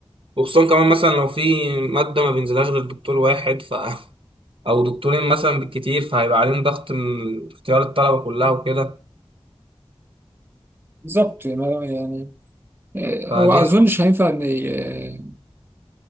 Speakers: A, on the right (about 60°); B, on the right (about 20°).
A: وخصوصا كمان مثلا لو في ماده ما بينزلهاش غير دكتور واحد ف <laughs> او دكتورين مثلا بالكتير فهيبقى عليهم ضغط من اختيار الطلبه كلها وكده
B: بالظبط يعني ما- يعني آه،
A: فدي
B: هو أظنش
A: هتبقى-
B: هينفع إن ي- آه،